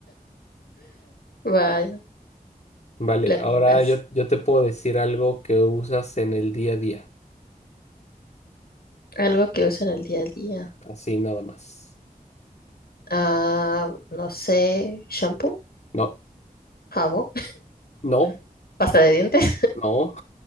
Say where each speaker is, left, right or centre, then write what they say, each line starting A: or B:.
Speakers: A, on the left (about 85°); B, on the left (about 50°).
A: Vaya,
B: Vale,
A: latinas.
B: ahora yo, yo te puedo decir algo que usas en el día a día,
A: Algo que usan el día a día.
B: así nada más.
A: Ah, no sé, shampoo,
B: No,
A: jabón,
B: no,
A: <laughs> pasta de dientes,
B: no,